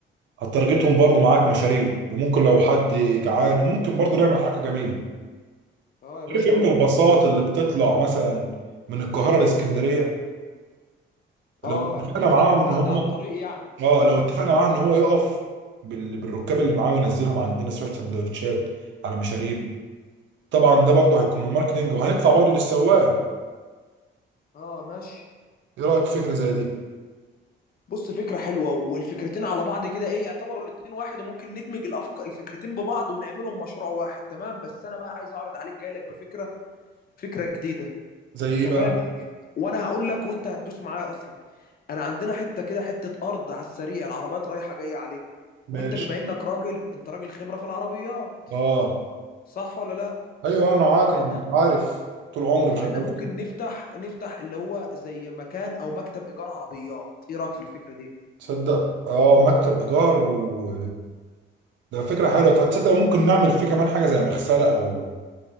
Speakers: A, on the right; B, on the left.
A: هتارجتهم برضو معاك مشاريع وممكن لو حد جعان وممكن برضو نعمل حركه جميله
B: اه يا باشا
A: عارف
B: اهو
A: انت الباصات اللي بتطلع مثلا من القاهره لاسكندريه لو
B: اه
A: اتفقنا
B: اللي قصدك
A: معاهم
B: بتعدي
A: ان هم
B: على الطريق يعني
A: اه لو اتفقنا معاه ان هو يقف بال... بالركاب اللي معاه وينزلهم عندنا شويه سندوتشات على مشاريب طبعا ده برضو هيكون من الماركتنج وهندفع برضو للسواق
B: اه ماشي
A: ايه رايك في فكره زي دي
B: بص فكره حلوه والفكرتين على بعض كده ايه يعتبروا الاتنين واحد وممكن ندمج الافكار الفكرتين ببعض ونعملهم مشروع واحد تمام بس انا بقى عايز اعرض عليك جاي لك بفكره فكره جديده
A: زي
B: انت
A: ايه
B: فاهم
A: بقى
B: وانا هقول لك وانت هتدوس معايا اصلا انا عندنا حته كده حته ارض على السريع العربيات رايحه جايه عليها وانت
A: ماشي
B: بما انك راجل انت راجل خبره في العربيات
A: اه
B: صح ولا لا
A: ايوه انا معاك
B: فاحنا
A: انا كنت عارف طول عمري
B: فاحنا
A: شغال
B: ممكن
A: فيه
B: نفتح نفتح اللي هو زي مكان او مكتب ايجار عربيات ايه رايك في الفكره دي
A: تصدق اه مكتب ايجار و ده فكره حلوه طب تصدق ممكن نعمل فيه كمان حاجه زي مغسله او